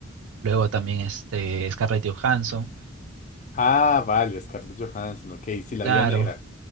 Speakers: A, on the right; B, on the left.
A: Luego también este, Scarlett Johansson,
B: Ah, vale, Scarlett Johansson, ok, sí, la
A: claro,
B: vida negra.